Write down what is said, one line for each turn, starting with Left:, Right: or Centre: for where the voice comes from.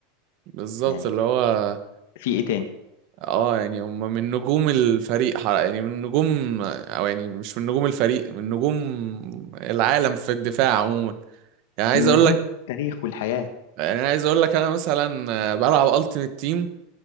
Right: بالظبط
Left: يعني
Right: اللي هو
Left: في إيه تاني
Right: اه يعني هم من نجوم الفريق حر- يعني من نجوم او يعني مش من نجوم الفريق من نجوم العالم في الدفاع عموما يعني عايز
Left: من
Right: اقول
Left: نجوم
Right: لك
Left: التاريخ والحياة
Right: يعني عايز اقول لك انا مثلا آه، بلعب التيمت تيم